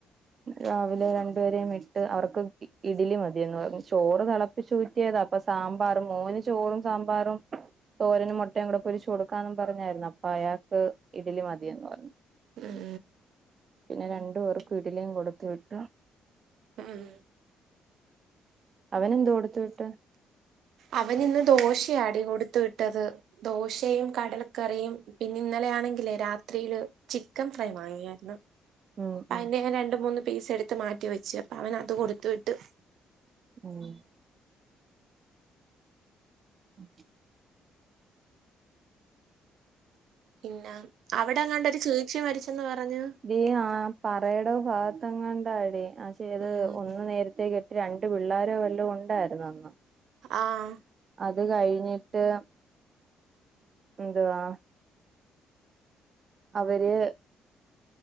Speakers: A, on the right; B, on the right.
A: രാവിലെ രണ്ടുപരെയ വിട്ട് അവർക്ക് ഇഡലി മതിയന്ന് പറഞ്ഞു ചോറ് തിളപ്പി ചുറ്റിയതാ അപ്പൊ സാമ്പാറും മോന് ചോറും സാമ്പാറും തോരനും മുട്ടയും കൂടെ പൊരിച്ചു കൊടുക്കാന്നും പറഞ്ഞായിരുന്നു അപ്പൊ അയാക്ക് ഇഡലി മതിയന്ന് പറഞ്ഞു
B: ഉം
A: പിന്നെ രണ്ടു പേര്ക്ക് ഇഡിലിയും കൊടുത്തു വിട്ട്
B: ആം
A: അവനെന്ത കൊടുത്തു വിട്ട്
B: അവൻ ഇന്ന് ദോശയാടി കൊടുത്തു വിട്ടത് ദോശയും കടലക്കറിയും പിന്നെ ഇന്നലെയ ആണെങ്കില് രാത്രിയില് ചിക്കൻ ഫ്രൈ വാങ്ങിയായിരുന്നു
A: ഉം ഉം
B: അതിന്റെ രണ്ട് മൂന്ന് പീസ് എടുത്ത് മാറ്റി വെച്ചു അപ്പൊ അവൻ അത് കൊടുത്തു വിട്ട്
A: ഉം ഉം <unintelligible>
B: പിന്ന അവിടെങ്ങാണ്ട് ഒരു ചേച്ചി മരിച്ചെന്ന് പറഞ്ഞു
A: ഇ ആ പറയുടെ ഭാഗത്ത് എങ്ങാണ്ടാ അടി ആ ചെയ്ത്
B: ഉം
A: ഒന്ന് നേരത്തേക്ക് രണ്ട് പിള്ളോരോ വല്ല ഉണ്ടായിരുന്നു അന്ന്
B: ആഹ
A: അത് കഴിഞ്ഞിട്ട് എന്തുവാ അവര്